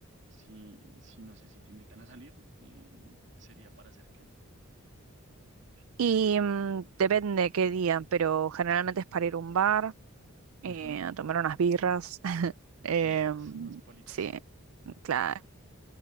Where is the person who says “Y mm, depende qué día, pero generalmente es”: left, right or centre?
Right